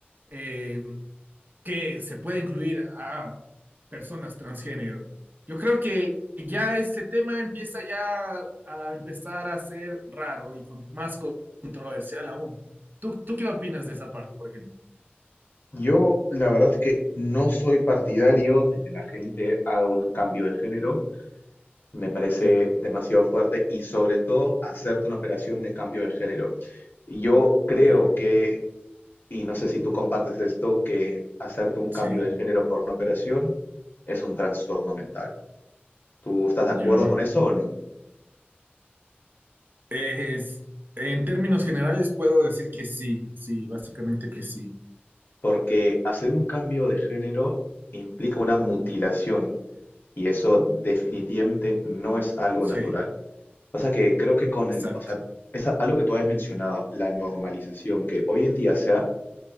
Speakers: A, on the right; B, on the left.
A: eh, que se puede incluir a personas transgénero, yo creo que ya ese tema empieza ya a empezar a ser raro y con- más controversial aún. ¿Tú, tú qué opinas de esa parte, por ejemplo?
B: Yo la verdad es que no soy partidario de que la gente haga un cambio de género. Me parece
A: Ya.
B: demasiado fuerte y sobre todo hacerte una operación de cambio de género. Yo creo
A: Ya,
B: que Y no sé si tú compartes esto, que hacerte un
A: sí,
B: cambio de género por una operación es un trastorno mental. ¿Tú estás de
A: ya.
B: acuerdo con eso o no?
A: Eh, es- en términos generales puedo decir que sí, sí, básicamente que sí.
B: Porque hacer un cambio de género implica una mutilación y eso definitivamente no es algo natural.
A: Sí,
B: Pasa que creo que con,
A: exacto.
B: el- o sea, es a- algo que tú habías mencionado, la normalización, que hoy en día se ha